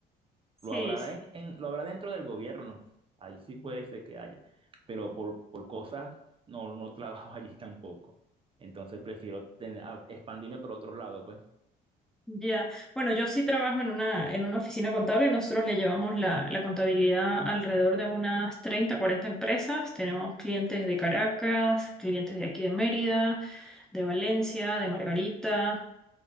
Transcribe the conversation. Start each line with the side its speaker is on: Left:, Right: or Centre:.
Centre: Sí,
Right: Lo habrá,
Centre: sí.
Right: en- en- lo habrá dentro del gobierno, ahí sí puede ser que haya, pero por, por cosas no, no trabajo <laughs> allí tampoco. Entonces prefiero tener- a- expandirme por otros lados, pues.
Centre: Ya, Bueno, yo sí trabajo en una, en una oficina contable nosotros le llevamos la, la contabilidad alrededor de unas 30 40 empresas. Tenemos clientes de Caracas, clientes de aquí de Mérida, de Valencia, de Margarita.